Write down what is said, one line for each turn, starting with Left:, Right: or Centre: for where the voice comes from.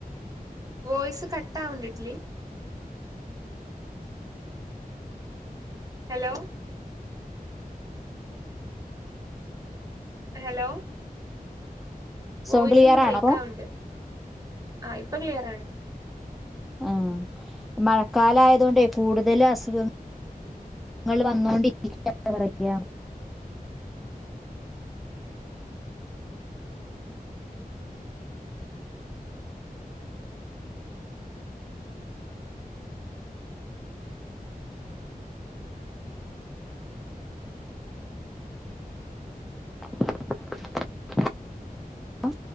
Right: വോയിസ് കട്ടാവണ്ടിട്ടിലി ഹലോ. ഹലോ വോയിസൊന്ന്
Centre: സൗണ്ട് ക്ലിയർ
Right: ബ്രേക്ക്‌
Centre: ആണോ
Right: ആവുണ്ട്. ആ ഇപ്പ ക്ലിയർ ആണ്.
Centre: ആ മഴക്കാലയതോണ്ടേ കൂടുതൽ അസുഖങ്ങ ങ്ങള് വന്നോണ്ടി <unintelligible> ക്ക പറയാ. <unintelligible> ആ